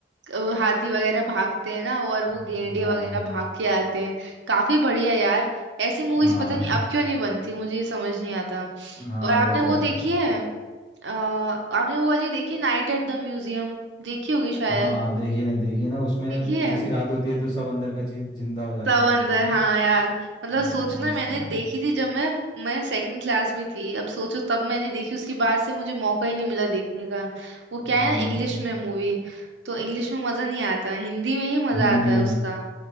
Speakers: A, on the right; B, on the left.
A: वो हाथी वगैरह भागते हैं ना और वो
B: हम्म,
A: गेंडे
B: हाँ
A: वगैरह भाग के आते हैं काफी बढ़िया यार ऐसी मूवीज
B: हाँ
A: पता नहीं अब क्यों नहीं बनती मुझे ये समझ नहीं आता
B: हाँ
A: और आपने
B: वो तो है
A: वो
B: यार
A: देखी है अ, आपने वो वाली देखी नाइट एट द म्यूजियम देखी होगी शायद
B: हाँ देखिए ना देखिए ना उसमें
A: देखिए
B: जैसी रात होती है तो सब अंदर का चीज जिंदा हो जाते
A: समंदर
B: हैं सब लोग नहीं
A: हाँ यार मतलब
B: हाँ
A: सोचो ना
B: मस्त
A: मैंने
B: है यार
A: देखी थी जब मैं मैं सेकंड क्लास में थी अब सोचो तब मैंने देखी उसके बाद से मुझे मौका ही नहीं मिला देखने का वो
B: हम्म
A: क्या है ना इंग्लिश में मूवी तो इंग्लिश में मजा नहीं आता हिंदी में ही मजा
B: हिंदी
A: आता है उसका